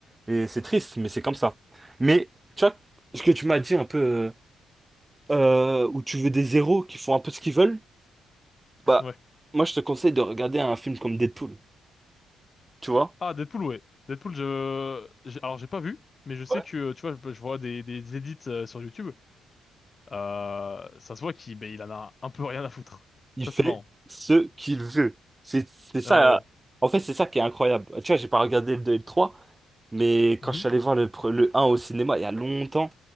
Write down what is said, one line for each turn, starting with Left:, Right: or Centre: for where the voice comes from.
Right: Et c'est triste, mais c'est comme ça. Mais, tu vois, ce que tu m'as dit un peu. euh, euh, où tu veux des héros qui font un peu ce qu'ils veulent, bah,
Left: Ouais.
Right: moi, je te conseille de regarder un film comme Deadpool, tu vois?
Left: Ah, Deadpool, ouais. Deadpool, je... j'ai- Alors, j'ai pas vu, mais je sais
Right: Ouais.
Left: que, tu vois, je je vois des, des edits euh, sur YouTube. Euh, ça se voit qu'il ben, il en a un peu rien à foutre.
Right: Il
Left: Ça,
Right: fait
Left: c'est marrant.
Right: ce qu'il veut. C'est, c'est ça,
Left: Ah ouais,
Right: en fait, c'est ça qui est incroyable. Tu vois, j'ai pas regardé le 2 et le 3, mais quand
Left: ouais. Mhm.
Right: je suis allé voir le, pre- le un au cinéma il y a longtemps,